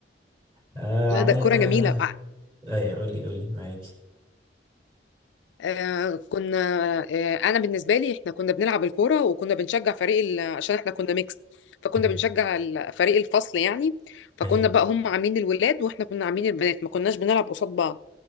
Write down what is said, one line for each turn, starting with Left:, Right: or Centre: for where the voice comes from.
Right: آه اقول لك
Left: لا
Right: عملنا
Left: ده الكوره جميله
Right: بقى أيوة قولي قولي معاكي
Left: آه، كنا آه، انا بالنسبه لي احنا كنا بنلعب الكوره وكنا بنشجع فريق ال- عشان احنا كنا ميكس فكنا
Right: أيوة
Left: بنشجع ال- فريق الفصل يعني فكنا
Right: أيوة
Left: بقى هم عاملين الولاد واحنا كنا عاملين البنات ما كناش بنلعب قصاد بعض